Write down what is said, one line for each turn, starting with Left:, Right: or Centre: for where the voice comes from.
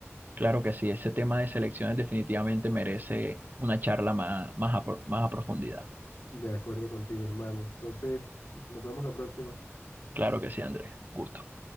Right: Claro que sí, ese tema de selecciones definitivamente merece una charla más, más a, pro- más a profundidad.
Left: De acuerdo contigo, hermano. Entonces, nos vemos la próxima.
Right: Claro que sí, Andrés, gusto.